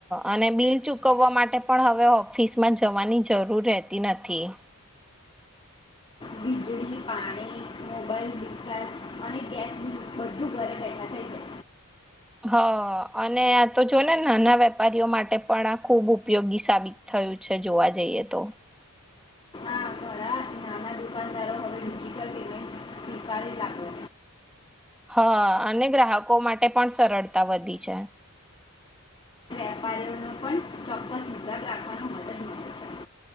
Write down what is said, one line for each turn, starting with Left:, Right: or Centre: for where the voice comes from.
Centre: અને બિલ ચુકવવા માટે પણ હવે ઓફિસમાં જવાની જરૂર રહેતી નથી
Left: વીજળી પાણી મોબાઈલ રીચાર્જ અને ગેસ બધું ઘરે બેઠા થઈ છે
Centre: હ અને આ તો જો ને નાના વેપારીઓ માટે પણ આ ખૂબ ઉપયોગી સાબિત થયું છે જોવા જઈએ તો
Left: આ ઘણા નાના દુકાનદારો હવે ડિજિટલ પેમેન્ટ સ્વીકારી લાગો
Centre: હા અને ગ્રાહકો માટે પણ સરળતા વધી છે
Left: વેપારીઓ ન પણ ચોક્કસ હિસાબ રાખવાનો મદદ મળે છે